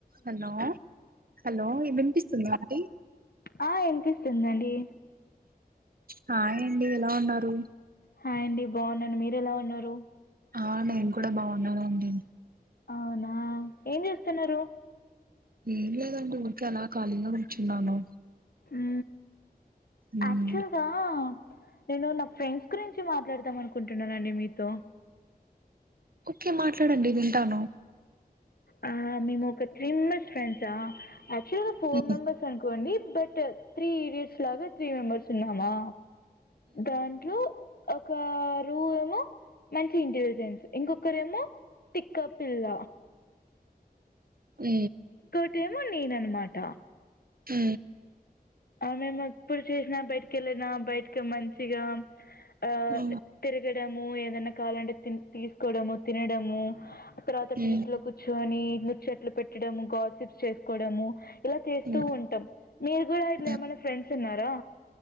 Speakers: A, on the right; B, on the left.
A: Hello hello ఇ వినిపిస్తుందా అండి
B: ఆ వినిపిస్తుందండి
A: హాయ్ అండి ఎలా ఉన్నారు
B: హాయ్ అండి బాగున్నాను మీరు ఎలా ఉన్నారు
A: ఆ నేను కూడా బాగున్నానండి
B: అవునా ఏం చేస్తున్నారు
A: ఏం లేదండి ఊరికి అలా ఖాళీగా కూర్చున్నాను
B: ఉ
A: మ్మ్
B: ఆక్చువల్గా నేను నా ఫ్రెండ్స్ గురించి మాట్లాడతాం అనుకుంటున్నానండి మీతో
A: ఓకే మాట్లాడండి వింటాను
B: ఆ మేము ఒక త్రీ మెంబర్స్ ఫ్రెండ్సా యాక్చువల్గా ఫోర్
A: మ్మ్
B: మెంబెర్స్ అనుకోండి బట్ త్రీ ఈడియట్స్ లాగా త్రీ మెంబర్స్ ఉన్నామా దాంట్లో ఒక రూ ఏమో మంచి ఇంటెలిజెన్స్ ఇంకొకరేమో టిక్క పిల్ల
A: ఉ
B: తేమో నేన్ అనమాట
A: ఉ
B: ఆమె ఏమో ఎప్పుడు చేసినా బయటిక వెళ్ళిన బయటకి మంచిగా ఆ
A: మ్మ్ మ్మ్
B: తిరగడము ఏదైనా కాలంటే తీసుకోవడము తినడము ఆ తర్వాత
A: మ్మ్
B: బీచ్ లో కూర్చుని ముచ్చట్లు పెట్టడము గాసిప్స్ చేసుకోవడము ఇలా చేస్తూ
A: మ్మ్
B: ఉంటాం మీరు కూడా ఇట్లా
A: మ్మ్.
B: ఏమైనా ఫ్రెండ్స్ ఉన్నారా